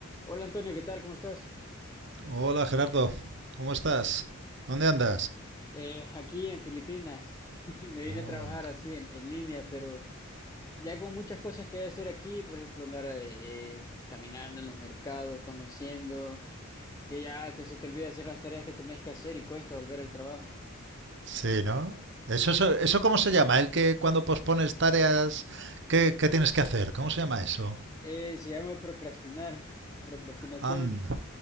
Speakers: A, on the left; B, on the right.
A: Hola Antonio, ¿qué tal? ¿Cómo estás?
B: Hola Gerardo, ¿cómo estás? ¿Dónde andas?
A: Eh, aquí en Filipinas. <laughs> Me vine
B: Oh,
A: a trabajar así en, en línea, pero ya con muchas cosas que hacer aquí, por ejemplo, andar eh, eh, caminando en los mercados, conociendo, que ya que se te olvida hacer las tareas que tenías que hacer y cuesta volver al trabajo.
B: sí, ¿no? ¿Eso, eso, eso cómo se llama? El que cuando pospones tareas ¿qué, qué tienes que hacer, ¿cómo se llama eso?
A: Eh, se llama procrastinar o procrastinación.
B: Anda.